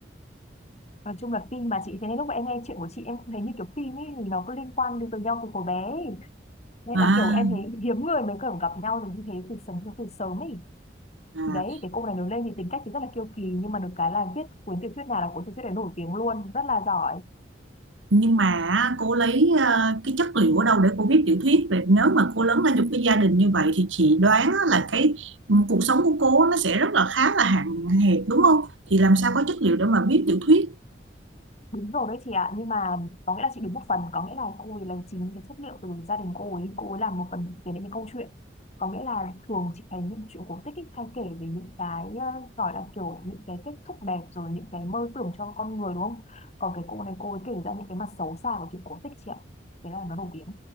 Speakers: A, on the left; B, on the right.
A: nói chung là phim mà chị thế nên lúc mà em nghe chuyện của chị em cũng thấy như kiểu phim ấy thì nó có liên quan đến với nhau từ hồi bé ấy. nên
B: à,
A: là kiểu em thấy hiếm người mới kiểu gặp nhau được như thế từ sớm từ sớm ấy
B: à.
A: thì đấy cái cô này lớn lên thì tính cách thì rất là kiêu kỳ nhưng mà được cái là viết cuốn tiểu thuyết nào là cuốn tiểu thuyết đấy nổi tiếng luôn rất là giỏi
B: nhưng mà cô lấy ờ, cái chất liệu ở đâu để cô viết tiểu thuyết về nếu mà cô lớn lên trong cái gia đình như vậy thì chị đoán là cái ừ, cuộc sống của cô nó sẽ rất là khá là hạn hẹp đúng không thì làm sao có chất liệu để mà viết tiểu thuyết
A: đúng rồi đấy chị ạ nhưng mà có nghĩa là chị đúng một phần có nghĩa là cô ấy lấy chính cái chất liệu từ gia đình cô ấy cô ấy làm một phần thực tế đến cái câu chuyện có nghĩa là thường chị thấy những chuyện cổ tích ấy, hay kể về những cái ờ, gọi là kiểu những cái kết thúc đẹp rồi những cái mơ tưởng cho con người đúng không còn cái cô này cô ấy kể ra những cái mặt xấu xa của chuyện cổ tích chị ạ thế là nó nổi tiếng